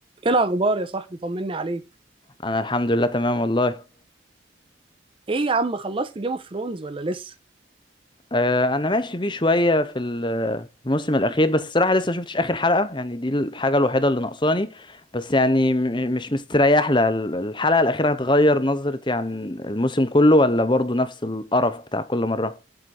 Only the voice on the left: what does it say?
انا الحمد لله تمام والله
آه، انا ماشي فيه شويه في ال- في الموسم الاخير بس الصراحه لسه ما شفتش اخر حلقه يعني دي الحاجه الوحيده اللي ناقصاني بس يعني م- مش مستريح لها ال- الحلقه الاخيره هتغير نظرتي عن الموسم كله ولا برضو نفس القرف بتاع كل مره